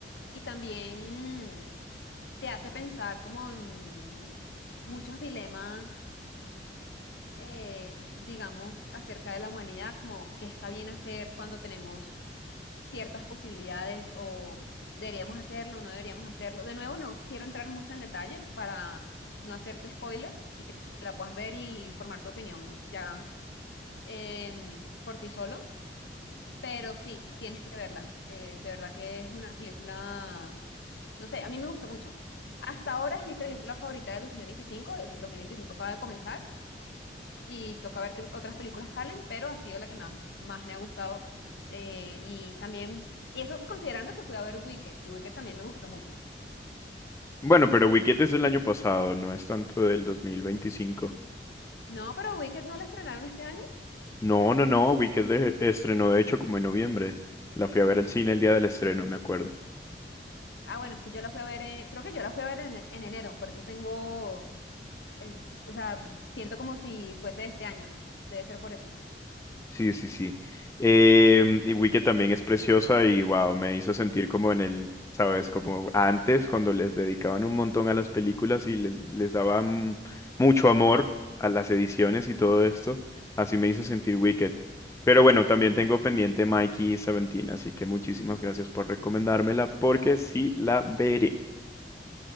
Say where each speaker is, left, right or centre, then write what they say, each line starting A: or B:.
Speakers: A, on the left; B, on the left.
A: Y también... mm, te hace pensar como en muchos dilemas, eh, digamos, acerca de la humanidad, como qué está bien hacer cuando tenemos ciertas posibilidades o deberíamos hacerlo, no deberíamos hacerlo. De nuevo, no quiero entrar mucho en detalles para no hacerte spoilers y que la puedas ver y formar tu opinión ya em, por ti solo, pero sí, tienes que verla. Eh, de verdad que es una película no sé, a mí me gusta mucho. Hasta ahora es mi película favorita de 2025. El 2025 acaba de comenzar y toca ver qué otras películas salen, pero ha sido la que más, más me ha gustado. eh, y también, y eso considerando que fui a ver Wicked, y Wicked también me gustó mucho.
B: Bueno, pero Wicked es del año pasado, no es tanto del 2025.
A: No, pero Wicked no la estrenaron este año.
B: No, no, no, Wicked de- estrenó de hecho como en noviembre. La fui a ver al cine el día del estreno, me acuerdo.
A: Ah, bueno, es que yo la fui a ver, en- creo que yo la fui a ver en, en enero, por eso tengo, eh, o sea, siento como si fuese de este año. Debe ser por eso.
B: Sí, sí, sí. Em, y Wicked también es preciosa y wow, me hizo sentir como en el, sabes, como antes cuando les dedicaban un montón a las películas y le- les daban mucho amor a las ediciones y todo esto. Así me hizo sentir Wicked. Pero bueno, también tengo pendiente Mikey y Seventeen, así que muchísimas gracias por recomendármela porque sí la veré.